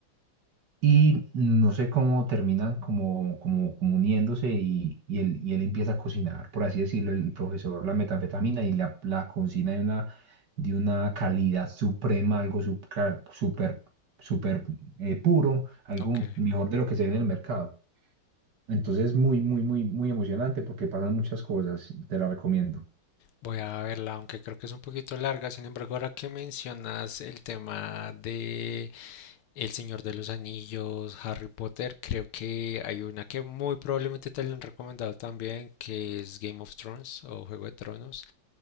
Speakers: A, on the right (about 55°); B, on the left (about 85°).
A: Y no sé cómo terminan como, como, como uniéndose y, y él, y él empieza a cocinar, por así decirlo, el profesor, la metanfetamina y la, la cocina de una, de una calidad suprema, algo súper, súper, súper eh, puro, algo
B: Ok.
A: mejor de lo que se ve en el mercado. Entonces, muy, muy, muy, muy emocionante porque pasan muchas cosas, te la recomiendo.
B: Voy a verla, aunque creo que es un poquito larga. Sin embargo, ahora que mencionas el tema de El Señor de los Anillos, Harry Potter, creo que hay una que muy probablemente te la han recomendado también, que es Game of Thrones o Juego de Tronos.